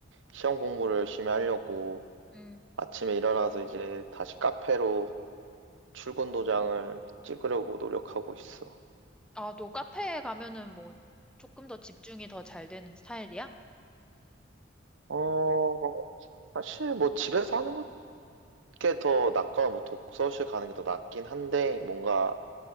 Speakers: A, on the right; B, in the centre.
A: 시험 공부를 열심히 하려고,
B: 음.
A: 아침에 일어나서 이제 다시 카페로 출근 도장을 찍으려고 노력하고 있어.
B: 아, 너 카페에 가면은 뭐 조금 더 집중이 더 잘 되는 스타일이야?
A: 어, 사실 뭐 집에서 하는 게 더 낫거나 뭐 독서실 가는 게 더 낫긴 한데 뭔가